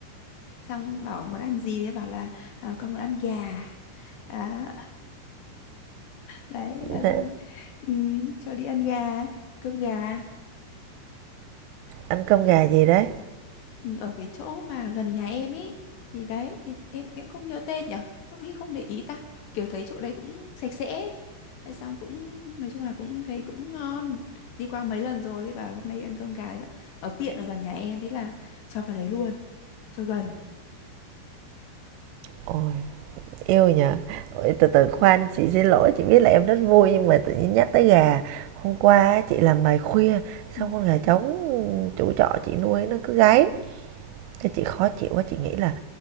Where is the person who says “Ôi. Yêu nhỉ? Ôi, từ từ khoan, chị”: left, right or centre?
Right